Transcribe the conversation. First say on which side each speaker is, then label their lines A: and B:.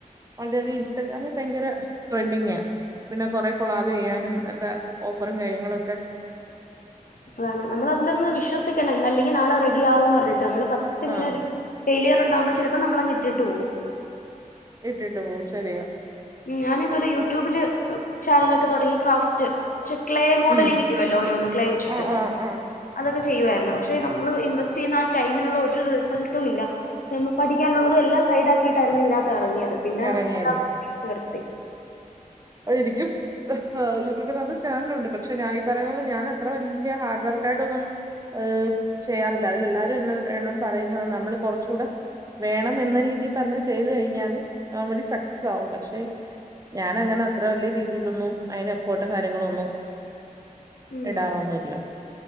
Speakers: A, on the right; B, on the left.
A: വളരെയധികം ഇൻസ്റ്റാഗ്രാമിൽ ഭയങ്കര ട്രെൻഡിങ പിന്നെ കൊറെ കൊളാബ് ചെയ്യാനും ഒക്കെ ഓഫറും കാര്യങ്ങളൊക്കെ
B: അതാണ് നമ്മളതിലൊന്ന് വിശ്വസിക്കണം ഇന്ന് അല്ലെങ്കി നാളെ റെഡിയ ആകുംന്ന് പറഞ്ഞിട്ട് നമ്മള് ഫസ്റ്റ് ഇങ്ങനെ
A: ആഹ്
B: ഒരു ഫെയിലിയർ ഉണ്ടാവുമ്പോ ചിലപ്പോ നമ്മൾങ്ങിട്ടിട്ട് പോവും
A: ഇട്ടിട്ട് പോവും ശരിയാ
B: ഉം ഞാനിതുപോലെ യൂട്യൂബില് ചാനലൊക്കെ തുടങ്ങി ക്രാഫ്റ്റ് ക്ഷേ ക്ലേ മോഡലിംഗ്
A: ഉം
B: ചെയ്യുമല്ലോ ഓരോന്ന് ക്ലേ വെച്ചിട്ട്
A: ആഹ് ആഹ് ആഹ്
B: അതൊക്കെ ചെയ്യുവായിരുന്നു പക്ഷെ നമ്മള് ഇൻവെസ്റ്റ് ചെയ്യുന്ന ആ ടൈമിനുള്ള ഒരു റിസൾട്ടും ഇല്ല ന പഠിക്കാനുള്ളതും എല്ലാം സൈഡ് ആക്കിയിട്ടായിരുന്നു ഇതിനകത്ത് ഇറങ്ങിയത് പിന്ന
A: എറങ്ങിയത്
B: നിർത്തി
A: അതെരിക്കും ആഹ് യൂട്യൂബിനകത്തെ ചാനലുണ്ട് പക്ഷെ ഞാ ഈ പറയുന്ന പോലെ ഞൻ അത്ര വല്യ ഹാർഡ് വർക്കായിട്ടൊന്നും ഏ്ഹ് ചെയ്യാറില്ല അതിലെല്ലാരും എന്ന എന്നോട് പറയുന്നത നമ്മള് കുറച്ചുടെ വേണം എന്ന രീതിയിൽ തന്നെ ചെയ്തു കഴിഞ്ഞാല് നോർമലി സക്സസ് ആകും പക്ഷെ ഞാനങ്ങനെ അത്ര വലിയ രീതിയിലൊന്നും അയിന് എഫർട്ടും കാര്യങ്ങളും ഒന്നും
B: ഉം
A: ഇടാറൊന്നുല്ല